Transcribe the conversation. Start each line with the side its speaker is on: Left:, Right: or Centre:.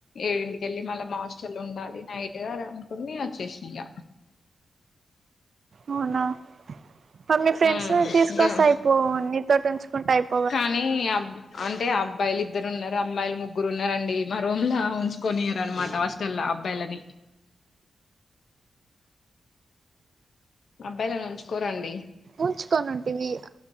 Left: ఏడింటికెళ్ళి మళ్ళ మా హాస్టల్ ఉండాలి నైట్ గా అనుకుని వచ్చేసిన ఇక
Right: అవునా మరి మీ ఫ్రెండ్స్
Left: హ్మ్
Right: ని తీసుకొస్తా అయిపోవు నీతోోటి ఉంచుకుంటా అయిపో
Left: కానీ అబ్ అంటే అబ్బాయిలు ఇద్దరు ఉన్నారు అమ్మాయిలు ముగ్గురు ఉన్నారండి మా రూముల ఉంచుకొనియారన్నమాట చల్ల అబ్బాయిలని అబ్బాయిల ఉంచుకోరండి
Right: ఉంచుకొని ఉంటివి